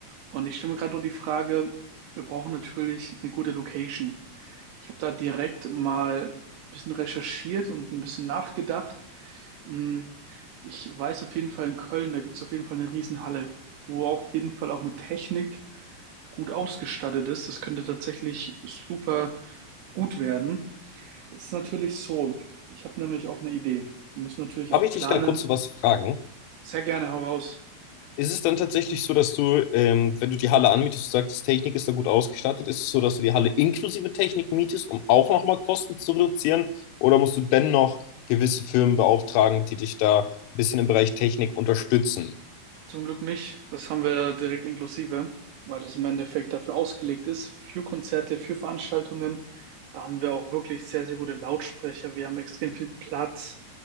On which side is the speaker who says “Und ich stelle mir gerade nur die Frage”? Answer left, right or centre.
Right